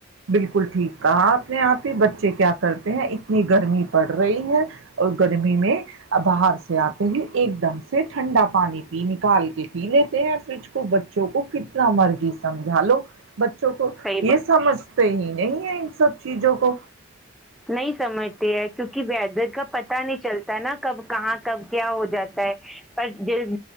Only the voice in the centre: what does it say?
صحیح
نہیں سمجھتے ہے کیونکہ ویدر کا پتا نہیں چلتا نا کب کہاں کب کیا ہو جاتا ہے پر